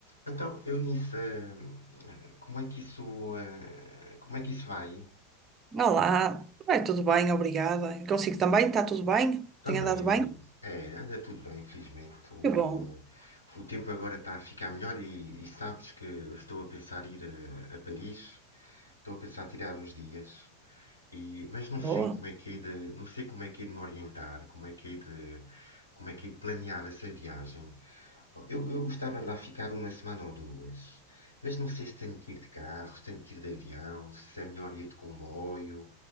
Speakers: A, on the left; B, on the right.
A: Então, Eunice, eh, como é que isso, eh, como é que isso vai?
B: Olá, vai tudo bem, obrigada. Eu Consigo também, está tudo bem?
A: Também,
B: Tem andado
A: Eunice.
B: bem?
A: É, anda tudo bem, felizmente. O,
B: Que bom,
A: eh, o tempo agora está a ficar melhor e, e sabes que eu estou a pensar ir a, a Paris. Estou a pensar tirar uns dias. E, mas não
B: boa.
A: sei como é que é de, não sei como é que é de me orientar, como é que é de, como é que é de planear essa viagem. Eu, eu gostava de lá ficar uma semana ou duas, mas não sei se tenho que ir de carro, se tenho que ir de avião, se é melhor ir de comboio,